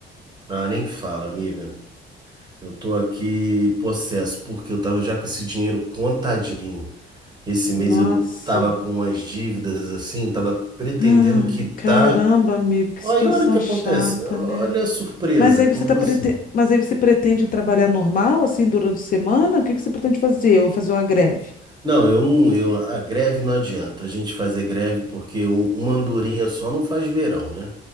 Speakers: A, on the right; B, on the left.
A: Ah, nem fala, amiga. Eu tô aqui possesso, porque eu tava já com esse dinheiro contadinho. Esse mês
B: Nossa.
A: eu tava com umas dívidas assim, tava pretendendo
B: Ai,
A: quitar.
B: caramba, amigo, que
A: Aí
B: situação
A: olha o que
B: chata,
A: acontece. Olha
B: né?
A: a surpresa.
B: Mas aí
A: Quando
B: você tá
A: você
B: prete... Mas aí você pretende trabalhar normal, assim, durante a semana? O que que você pretende fazer? Eu vou fazer uma greve.
A: Não, eu não, eu, a greve não adianta a gente fazer greve porque um- uma andorinha só não faz verão, né?